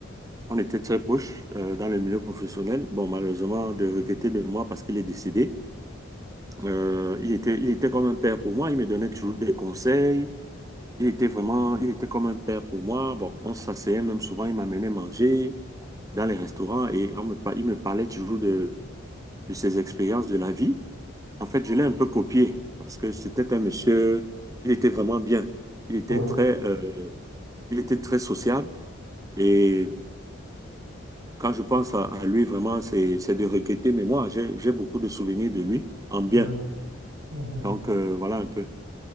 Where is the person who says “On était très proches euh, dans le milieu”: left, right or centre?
Right